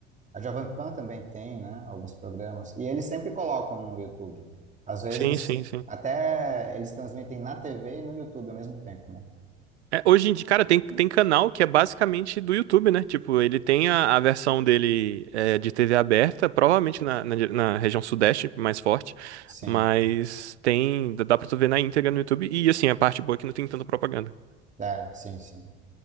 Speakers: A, on the right (about 20°); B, on the right (about 70°).
A: A Jovem Pan também tem, né, alguns programas. E eles sempre colocam no YouTube. Às vezes,
B: Sim, sim, sim.
A: até eles transmitem na TV e no YouTube ao mesmo tempo, né?
B: É, hoje em dia, cara, tem, tem canal que é basicamente do YouTube, né? Tipo, ele tem a, a versão dele é, de TV aberta, provavelmente na, na, na região sudeste, mais forte.
A: Sim,
B: Mas tem, dá pra tu ver na íntegra no YouTube. E, assim, a parte boa é que não tem tanta propaganda.
A: é, sim, sim.